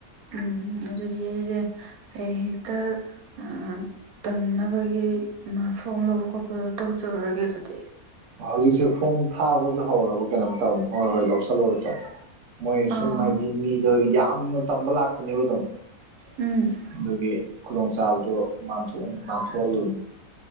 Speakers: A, on the right; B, on the right.
A: ꯎꯝ ꯑꯗꯨꯗꯤ ꯑꯩꯖꯦ ꯍꯌꯦꯡ ꯍꯦꯛꯇꯥ ꯑꯥ ꯇꯝꯅꯕꯒꯤ ꯃꯥ ꯐꯣꯔꯝ ꯂꯧꯕ ꯈꯣꯠꯄ ꯇꯧꯖꯧꯔꯒꯦ ꯑꯗꯨꯗꯤ
B: ꯑꯥ ꯍꯧꯖꯤꯛꯁꯦ ꯐꯣꯔꯝ ꯊꯥꯕꯖꯨ ꯍꯧꯔꯕ ꯀꯩꯅꯣꯝ ꯇꯧꯅꯤ ꯍꯣꯏ ꯍꯣꯏ ꯂꯧꯁꯤꯜꯂꯨꯔꯣꯆꯣ ꯃꯣꯏ
A: ꯑꯥ
B: ꯁꯨꯝ ꯍꯥꯏꯗꯤ ꯃꯤꯗꯣ ꯌꯥꯝꯅ ꯇꯝꯕ ꯂꯥꯛꯄꯅꯦꯕ ꯑꯗꯨꯝ
A: ꯎꯝ
B: ꯑꯗꯨꯒꯤ ꯈꯨꯗꯣꯡ ꯆꯕꯗꯨ ꯃꯥꯟꯊꯣ ꯅꯥꯟꯊꯣꯛꯍꯜꯂꯨꯅꯨ